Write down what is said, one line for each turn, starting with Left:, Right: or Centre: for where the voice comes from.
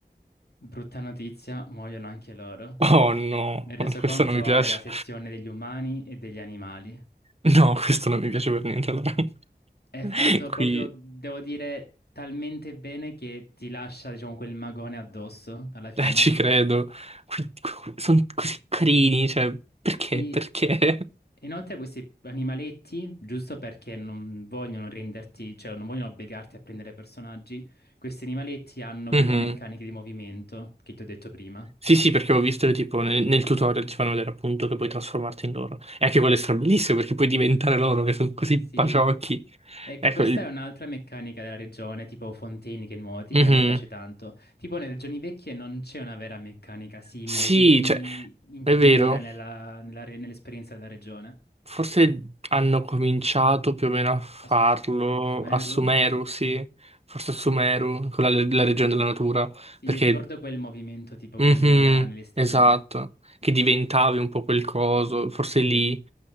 Left: Brutta notizia, muoiono anche loro.
Right: Oh no,
Left: Nel resoconto
Right: questo non mi piace.
Left: hai la sezione degli umani e degli animali.
Right: No, questo non mi piace per niente. Allora.
Left: È
Right: <laughs>
Left: fatto
Right: Qui,
Left: proprio, devo dire, talmente bene che ti lascia, diciamo, quel magone addosso alla fine.
Right: eh, ci credo. Qui, sono così carini, cioè, perché?
Left: Sì,
Right: Perché?
Left: inoltre questi animaletti, giusto perché non vogliono renderti, cioè non vogliono obbligarti a prendere personaggi, questi animaletti hanno
Right: <laughs>
Left: quelle
Right: Mhm.
Left: meccaniche di movimento che ti ho detto prima.
Right: Sì, sì, perché ho visto che tipo nel, nel tutorial ti fanno vedere appunto che puoi trasformarti in loro. E anche quello è strabilissimo perché puoi diventare loro che sono così
Left: Sì,
Right: paciocchi.
Left: Ecco,
Right: Ecco,
Left: questa
Right: il...
Left: è un'altra meccanica della regione, tipo Fonteni che nuoti,
Right: Mhm.
Left: che a me piace tanto. Tipo nelle regioni vecchie non c'è una vera meccanica simile
Right: Sì,
Left: che ti
Right: cioè,
Left: includa
Right: è vero.
Left: nella- nella re- nell'esperienza della regione.
Right: Forse hanno cominciato più o meno a farlo
Left: A Su- Sumeru?
Right: a Sumeru, sì. Forse a Sumeru, con la, la regione della natura,
Left: Sì,
Right: perché
Left: ricordo quel movimento tipo
Right: Mhm,
Left: con le liane, le stelline.
Right: esatto, che diventavi un po' quel coso, forse
Left: Sì.
Right: lì,